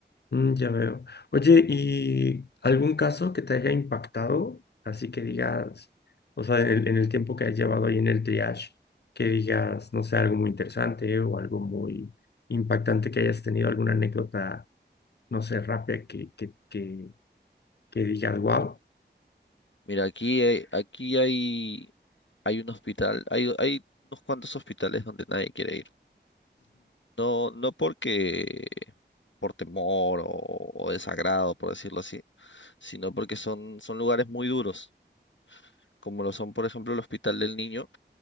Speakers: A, on the left; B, on the left.
A: Mm, ya veo. Oye, ¿y algún caso que te haya impactado? Así que digas, o sea, en el, en el tiempo que has llevado ahí en el triage, que digas, no sé, algo muy interesante o algo muy impactante que hayas tenido, alguna anécdota, no sé, rápida que, que, que, que digas, wow.
B: Mira, aquí, hay- aquí hay, hay un hospital, hay, hay unos cuantos hospitales donde nadie quiere ir. No, no porque por temor o, o desagrado, por decirlo así, sino porque son, son lugares muy duros, como lo son, por ejemplo, el Hospital del Niño.